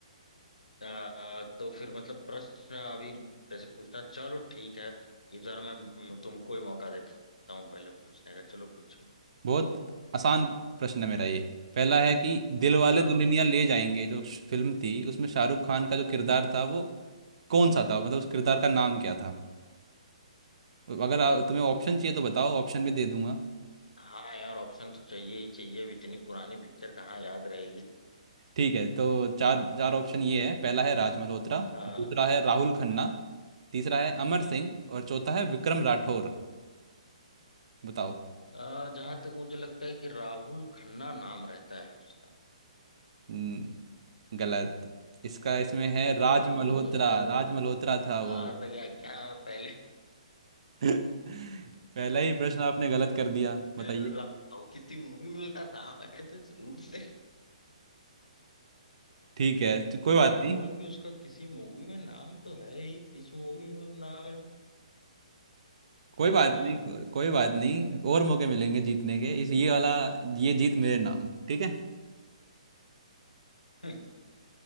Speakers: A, on the left; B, on the right.
A: आ, तो फिर मतलब प्रश्न अभी जैसे पूछना चलो ठीक है इस बार मैं म, तुमको ही मौका देता हूँ पहले पूछने का चलो पूछो
B: बहुत आसान प्रश्न है मेरा ये पहला है कि दिलवाले
A: हाँ
B: दुल्हनिया
A: हाँ
B: ले जाएंगे जो श- फिल्म थी उसमें शाहरुख खान का जो किरदार था वो कौन सा था मतलब उस किरदार का नाम क्या था अगर आप तुम्हें ऑप्शन चाहिए तो बताओ ऑप्शन भी दे दूंगा
A: हाँ यार ऑप्शन तो चाहिए ही चाहिए अब इतनी पुरानी पिक्चर कहाँ याद रहेगी
B: ठीक है तो चार चार ऑप्शन ये है पहला है राज मल्होत्रा
A: हाँ
B: दूसरा
A: हाँ
B: है राहुल खन्ना
A: हाँ,
B: तीसरा है अमर सिंह
A: हम्म
B: और चौथा है विक्रम राठौर
A: हम्म
B: बताओ
A: आ, जहां तक मुझे लगता है कि राहुल खन्ना नाम रहता है उसका
B: हम्म, गलत इसका इसमें है राज
A: अरे
B: मल्होत्रा
A: यार
B: राज मल्होत्रा था वो
A: आ गया क्या पहले
B: <laughs> पहला ही प्रश्न आपने गलत कर दिया
A: <laughs>
B: बताइए
A: राहुल किसी मूवी में उसका नाम है तो जरूर से
B: ठीक है तो कोई बात
A: राहुल
B: नहीं
A: भी उसका किसी मूवी में नाम तो है ही किस मूवी में नाम है
B: कोई बात
A: हाँ
B: नहीं को, कोई बात नहीं और मौके मिलेंगे जीतने के इस ये वाला ये जीत मेरे नाम ठीक है
A: हाँ। <laughs>